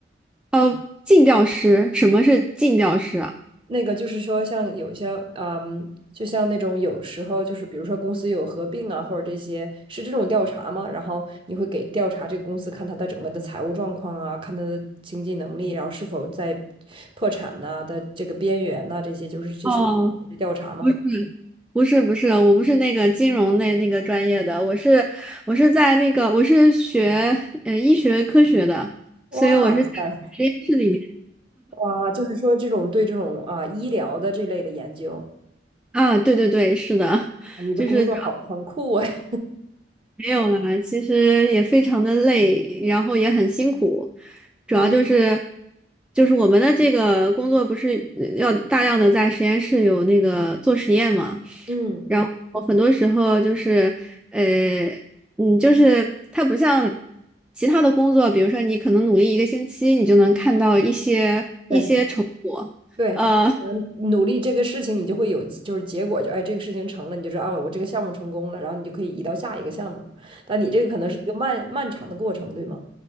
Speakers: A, in the centre; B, on the right.
A: 呃，进调师，什么是进调师啊？
B: 那个就是说，像有一些，嗯，就像那种有时候就是，比如说公司有合并啊，或者这些，是这种调查吗？然后你会给调查这个公司，看它的整个的财务状况啊，看它的经济能力，然后是否在破产呐、的这个边缘呐、这些就是这属于是调查吗？
A: 哦，不，不是不是，我不是那个金融那那个专业的，我是我是在那个我是学呃医学科学的，
B: 哇塞，
A: 所以我是在实验室里面
B: 哇，就是说这种对这种啊医疗的这类的研究，
A: 啊，对对对，是的，<laughs>
B: 你的工作好很酷哎。
A: 就是。没有啦，其实也非常的累，然后也很辛苦，
B: <laughs>
A: 主要就是
B: 嗯
A: 就是我们的这个工作不是呃要大量的在实验室有那个做实验嘛，
B: 嗯，
A: 然后很多时候就是呃嗯，就是它不像其他的工作，比如说你可能努力一个星期，你就能看到一些一些成果，
B: 对。对，
A: 呃。
B: 嗯，努力这个事情，你就会有就是结果，就哎，这个事情成了，你就知道了，我这个项目成功了，然后你就可以移到下一个项目。但你这个可能是一个漫漫长的过程，对吗？